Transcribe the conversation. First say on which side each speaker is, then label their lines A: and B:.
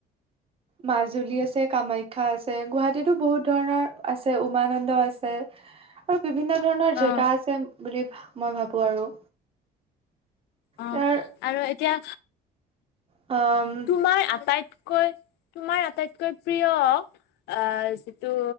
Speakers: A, on the right; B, on the left.
A: মাজুলী আছে, কামাখ্যা আছে গুৱাহাটীতো বহুত ধৰণৰ আছে উমানন্দ আছে। আৰু বিভিন্ন ধৰণৰ
B: অ
A: জেগা আছে বুলি ভা মই ভাবো আৰু।
B: অ'
A: ইয়াৰ
B: আৰু এতিয়া
A: অ'
B: তোমাৰ আটাইতকৈ, তোমাৰ আটাইতকৈ প্ৰিয় অ' যিটো